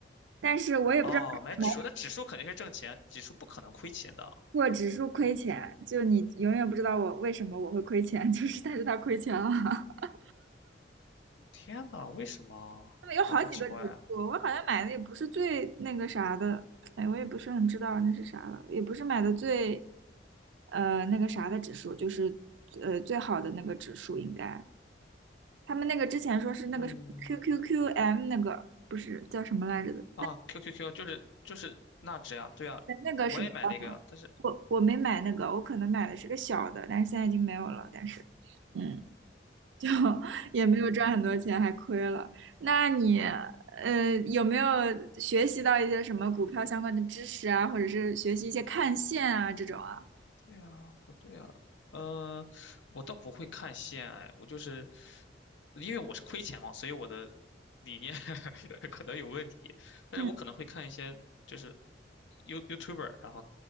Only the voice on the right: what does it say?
但是我也不知道为什么买
过指数亏钱，就你永远不知道我为什么我会亏钱，<laughs> 就是但是它亏钱了。<laughs>
他们有好几个指数，
我好像买的也不是最那个啥的，哎，我也不是很知道那是啥了，也不是买的最呃那个啥的指数，就是呃最好的那个指数应该。他们那个之前说是那个什么
QQQM 那个，不是叫什么来着的，
对，那个是比较好。
我我没买那个，我可能买的是个小的，但是现在已经没有了。但是，嗯，就 <laughs> 也没有赚很多钱，
还亏了。那你呃有没有学习到一些什么股票相关的知识啊，或者是学习一些看线啊这种啊？
嗯，